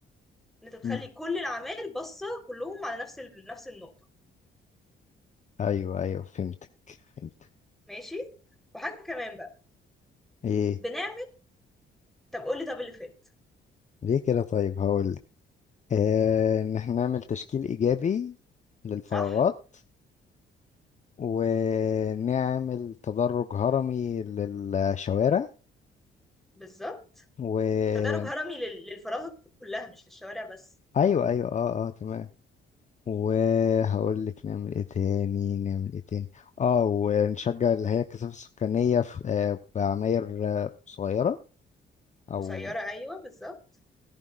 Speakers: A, in the centre; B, on the left (about 35°).
A: ان انت تخلي
B: م.
A: كل العماير باصة كلهم على نفس ال... نفس النقطة
B: ايوه ايوه فهمتك فهمت
A: ماشي وحاجة كمان بقى
B: ايه
A: بنعمل طب قولي طب اللي فات
B: ليه كده طيب هقول لك. آه ان احنا نعمل تشكيل ايجابي للفراغات
A: صح
B: ونعمل تدرج هرمي للشوارع
A: وبالظبط
B: و
A: تدرج هرمي لل- للفراغات كلها مش للشوارع بس
B: ايوه ايوه اه اه تمام وهقول لك نعمل ايه تاني نعمل ايه تاني اه ونشجع اللي هي الكثافة السكانية في آه بعماير آه، صغيرة او
A: قصيرة أيوة بالظبط